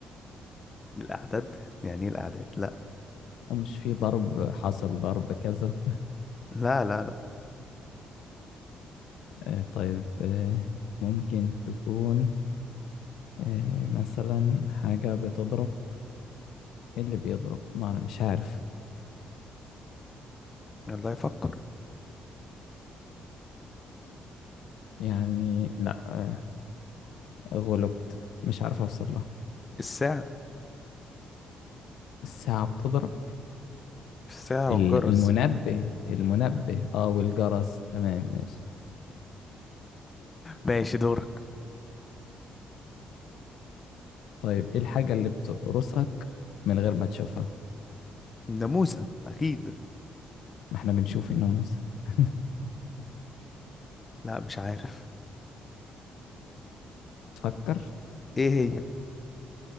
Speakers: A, on the left (about 25°); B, on the left (about 80°).
A: الأعداد يعني إيه الأعداد لا
B: آه، مش في ضرب حاصل ضرب كذا
A: لا لا لا
B: آه، طيب آه، ممكن تكون إيه مثلا حاجة بتضرب إيه اللي بيضرب ما أعرف- مش عارف
A: الله يفكر
B: يعني لا غلبت مش عارف أوصل لها
A: الساعة
B: الساعة بتضرب
A: الساعة
B: ال-
A: والجرس
B: المنبه المنبه اه والجرس تمام ماشي
A: ماشي دورك
B: طيب ايه الحاجة اللي بتقرصك من غير ما تشوفها
A: ناموسة أكيد
B: ما احنا بنشوف الناموس <laughs>
A: لا مش عارف
B: تفكر
A: إيه هي